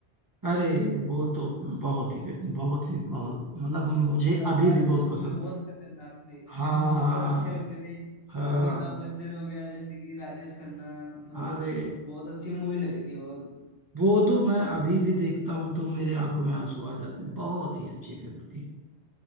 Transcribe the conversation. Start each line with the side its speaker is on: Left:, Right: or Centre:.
Right: अरे वो तो बहुत ही बहुत ही बहुत मतलब
Left: मतलब
Right: मुझे
Left: कलाकार
Right: अभी भी बहुत
Left: भी उसमें
Right: पसंद
Left: बहुत खतरनाक थे
Right: हाँ
Left: <laughs> मतलब अच्छे लगते थे
Right: हाँ
Left: अमिताभ बच्चन हो गया जैसे कि राजेश खन्ना मतलब
Right: अरे
Left: बहुत अच्छी मूवी लगी थी वो
Right: वो तो मैं अभी भी देखता हूँ तो मेरे आंखों में आंसू आ जाते हैं बहुत ही अच्छी फिल्म थी